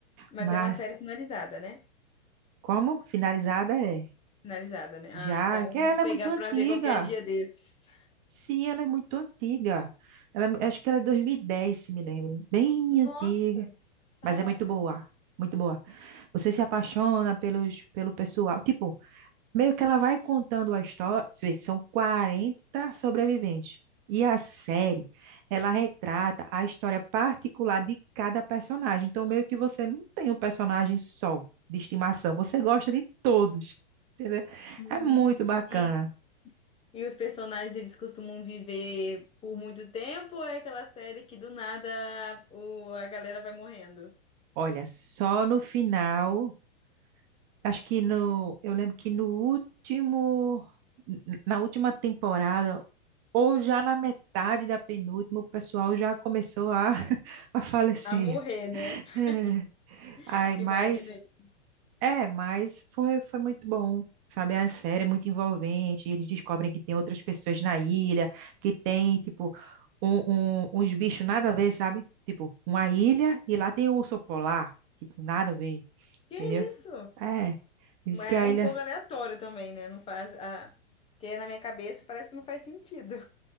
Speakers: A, on the left; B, on the right.
A: Mas
B: Mas
A: é uma série finalizada, né?
B: como finalizada é?
A: Finalizada, né?
B: Já,
A: Ah, então
B: que ela
A: vou pegar
B: é muito antiga.
A: pra ver qualquer dia desses.
B: Sim, ela é muito antiga. Ela, é- acho que ela é 2010, se me lembro. Bem
A: Nossa,
B: antiga,
A: caraca.
B: mas é muito boa. Muito boa. Você se apaixona pelos, pelo pessoal. Tipo, meio que ela vai contando a história. Você vê, São 40 sobreviventes. E a série, ela retrata a história particular de cada personagem. Então, meio que você não tem um personagem só de estimação. Você gosta de todos. Entendeu?
A: Hum.
B: É muito bacana.
A: E E os personagens, eles costumam viver por muito tempo ou é aquela série que do nada o, a galera vai morrendo?
B: Olha, só no final. Acho que no, eu lembro que no último, n- na última temporada, ou já na metade da penúltima, o pessoal já começou a, <laughs> a falecer.
A: A morrer, né?
B: É.
A: <laughs>
B: Ai,
A: É.
B: mas,
A: Imaginei.
B: é, mas foi, foi muito bom, sabe? A série é muito envolvente, eles descobrem que tem outras pessoas na ilha, que tem, tipo, um, um- uns bichos nada a ver, sabe? Tipo, uma ilha e lá tem um urso polar, tipo, nada a ver,
A: Que
B: entendeu?
A: é isso?
B: É. Diz
A: Mas
B: que a
A: É
B: ilha
A: um pouco aleatório também, né? Não faz... Ah, porque na minha cabeça parece que não faz sentido.